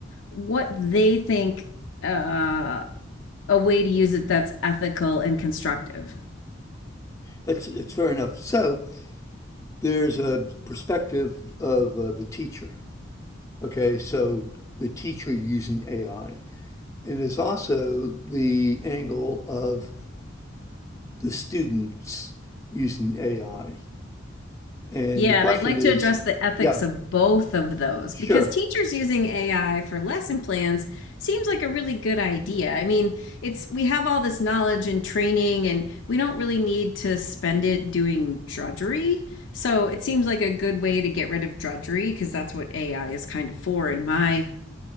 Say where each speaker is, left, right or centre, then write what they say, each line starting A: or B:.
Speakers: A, on the left; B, on the left.
A: what they think uh a way to use it that's ethical and constructive.
B: that's it's fair enough. So there's a perspective of uh, the teacher. Okay, so the teacher using AI, and there's also the angle of the students using AI. And
A: Yeah,
B: the question
A: and I'd like
B: is,
A: to address the ethics
B: yeah,
A: of both of those
B: sure.
A: because teachers using AI for lesson plans seems like a really good idea. I mean, it's we have all this knowledge and training and we don't really need to spend it doing drudgery. So, it seems like a good way to get rid of drudgery because that's what AI is kind of for in my